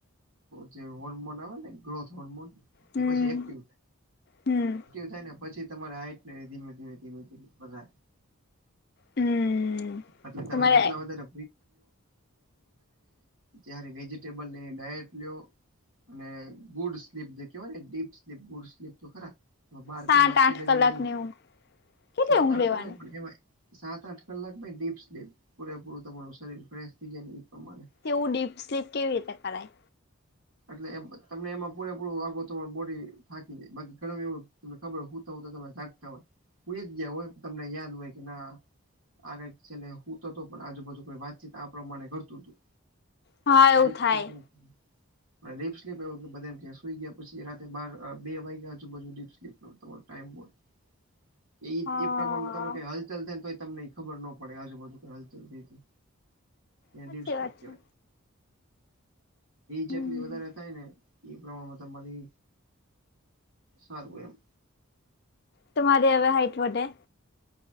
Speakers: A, on the right (about 70°); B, on the left (about 50°).
A: જે હોર્મોન આવે ને, ગ્રોથ હોર્મોન
B: હમ
A: એ પછી. એક્ટિવ
B: હમ
A: થાય ને, પછી તમારે હાઇટ. મે ધીમે-ધીમે બધે.
B: હમ
A: એટલે તમે
B: તમારે
A: જેટલા વધારે. વધટ <unintelligible> અને બુડ સ્લીપ જે કેવાય ને, ડીપ સ્લીપ, બુડ સ્લીપ તો ખરા. બાર
B: સાત
A: કલાક
B: આઠ
A: પીડર્યું,
B: કલાકની
A: એ
B: ઊંઘ કેટલી
A: સાત-આઠ
B: ઊંઘ લેવાની
A: કલાક પણ એમાંય. સાત-આઠ કલાક ભી ડીપ્સ-લીપ પૂરેપૂરું તમારું શરીર ફ્રેશ થઇ જાય ને, એ પ્રમાણે.
B: તેવું ડીપ સ્લીપ કેવી રીતે કરાય?
A: એટલે તમને એમાં પૂરેપૂરું વાઘોર બોડી થાકી દે, બાકી ઘણું એવું. તમને ખબર હોય, હું તો હું તો તમે જાગતા હોય, હું એ જ ગયા હોય, તમને યાદ હોય કે ના. આ ક છેલ્લે, હું તો તો પણ આજુબા કોઈ વાતચીત આ પ્રમાણે કરતું હતું.
B: હા
A: એીપ.
B: એવું થાય
A: <unintelligible> રીપ સ્લીપ એ સુઈ ગયા પછી રા બ બે વાગયાીપ સ્પ તમારો ટાઈમ બ <unintelligible> કે
B: હા
A: એ પ્રમાણમાં તમે હલચલ થાય ને તો. તમને ખબર ન પડે, આજુબજુ ક હાલ ચ હતી. એ
B: સાચી
A: વિશ્વા
B: વાત છે
A: કેટલી
B: હમ
A: વધારે થાય ને, એ પ્રમાણમાં તમારી સારું એમ.
B: તમારી હવે હાઇટ વધે‌.